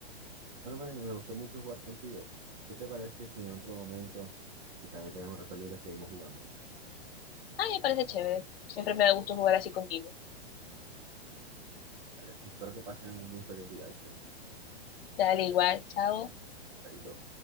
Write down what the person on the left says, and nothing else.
Ay, me parece chévere. Siempre me da gusto jugar así contigo.
Dale igual, chao.